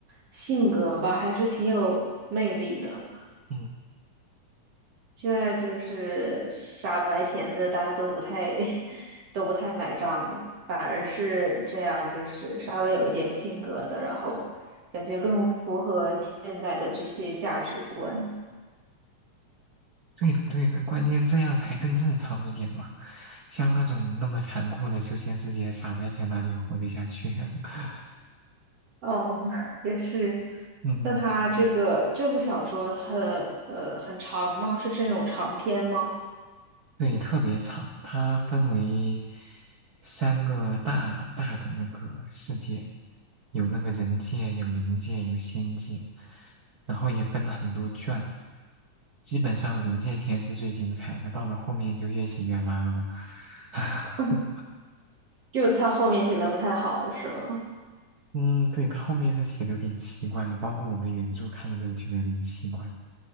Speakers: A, on the right (about 55°); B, on the right (about 75°).
A: 性格吧，还是挺有魅力的。
B: 嗯，
A: 现在就是傻白甜的，大家都不太 <laughs> 都不太买账了反而是这样，就是稍微有一点性格的，然后感觉更符合现在的这些价值观。
B: 对的对的，关键这样才更正常一点嘛，像那种那么残酷的修仙世界，傻白甜哪里活得下去啊？<laughs>
A: 哦，<laughs> 也是。
B: 嗯。
A: 那他这个这部小说很呃很长吗？
B: 嗯
A: 是这种长篇吗？
B: 对，特别长，它分为三个大大的那个世界，有那个人界，有灵界，有仙界，然后也分了很多卷。基本上人界篇是最精彩的，到了后面就越写越拉了。<laughs>
A: 嗯就他后面写的不太好，是吗？
B: 嗯，对，他后面是写的有点奇怪，也包括我们原著看的都觉得有点奇怪，